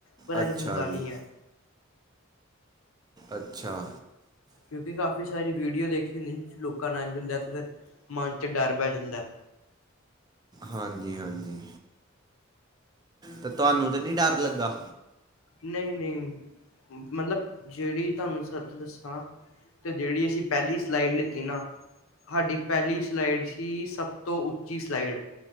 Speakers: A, on the left; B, on the right.
A: ਪਰ
B: ਅੱਛਾ
A: ਇੰਝ ਹੁੰਦਾ ਨੀ
B: ਜੀ,
A: ਹੈ
B: ਅੱਛਾ।
A: ਕਿਉਂਕਿ ਕਾਫੀ ਸਾਰੀ ਵੀਡੀਓ ਦੇਖੀ ਹੁੰਦੀ ਜੋ ਲੋਕਾਂ ਨਾਲ ਹੁੰਦਾ ਤੇ ਫਿਰ ਮਨ ਚ ਡਰ ਬਹਿ ਜਾਂਦਾ।
B: ਹਾਂਜੀ ਹਾਂਜੀ ਤੇ ਤੁਹਾਨੂੰ ਤੇ ਨੀ ਡਰ ਲੱਗਾ।
A: ਨਈ ਨਈਂ, ਮਤਲਬ ਜਿਹੜੀ ਤੁਹਾਨੂੰ ਸੱਚ ਦੱਸਾਂ ਤੇ ਜਿਹੜੀ ਅਸੀਂ ਪਹਿਲੀ ਸਲਾਈਡ ਲਿੱਤੀ ਨਾ ਹਾਡੀ ਪਹਿਲੀ ਸਲਾਈਡ ਸੀ, ਸਭ ਤੋਂ ਉੱਚੀ ਸਲਾਈਡ।